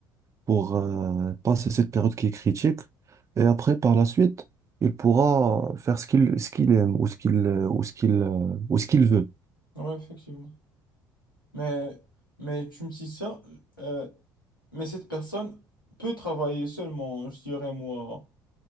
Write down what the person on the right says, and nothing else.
pour euh, passer cette période qui est critique. Et après, par la suite, il pourra faire ce qu'il ce qu'il aime ou ce qu'il euh, ou ce qu'il euh, ou ce qu'il veut.